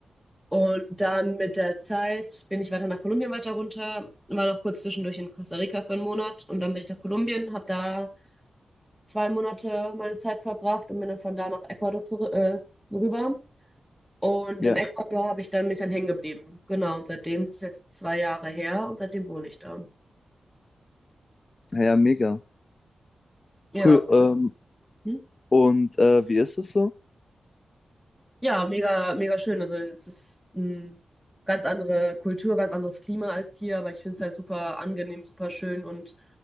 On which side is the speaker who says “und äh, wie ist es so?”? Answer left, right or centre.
Left